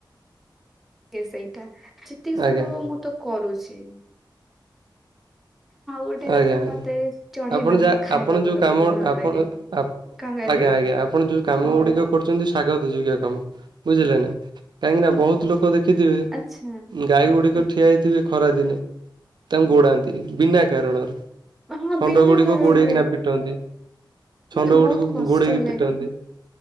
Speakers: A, in the centre; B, on the right.
A: ଲାଗେ ସେଇଟା ଯେତିକି ସମ୍ଭବ
B: ଆଜ୍ଞା
A: ମୁଁ ତ କରୁଚି। ଗୋଟେ କଥା
B: ଆଜ୍ଞା ଆଜ୍ଞା।
A: ମତେ ଚଢେଇ
B: ଆପଣ
A: ମାନଙ୍କୁ
B: ଯାହା
A: ଖାଇବାକୁ
B: ଆପଣ ଯୋଉ
A: ଦବାକୁ
B: କାମ
A: ଭଲ
B: ଆପଣ
A: ଲାଗେ।
B: ଆପ୍
A: କଣ କହିଲେ?
B: ଆଜ୍ଞା ଆଜ୍ଞା। ଆପଣ ଦୁଉ କାମ ଗୁଡିକ କରୁଚନ୍ତି ସ୍ଵାଗତ ଯୋଗ୍ୟ କାମ ବୁଝିଲେ ନା, କାହିଁକି ନା ବହୁତ୍ ଲୋକ ଦେଖ୍ ଦେଖିଥିବେ
A: ଆଚ୍ଛା
B: ଗାଈ ଗୁଡିକ ଠିଆ ହେଇଥିବେ ଖରା ଦିନେ ତାଙ୍କୁ ଗୋଡାନ୍ତି। ବିନାକ୍ କାରଣ ରେ
A: ନା ହଁ
B: ଷଣ୍ଡ
A: ବିନା
B: ଗୁଡିକ
A: କାରଣରେ
B: ଗୋଡେଇକିନା ପିଟନ୍ତି। ସଣ୍ଡ
A: ମତେ ବହୁତ
B: ଗୁଡିକୁ
A: କଷ୍ଟ
B: ଗୋଡେଇକି
A: ଲାଗେ।
B: ପିଟନ୍ତି